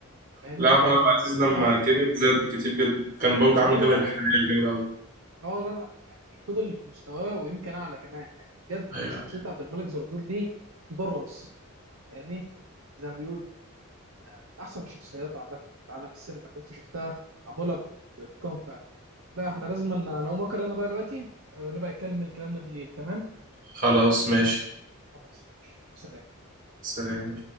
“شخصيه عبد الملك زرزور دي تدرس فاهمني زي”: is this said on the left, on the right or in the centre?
Right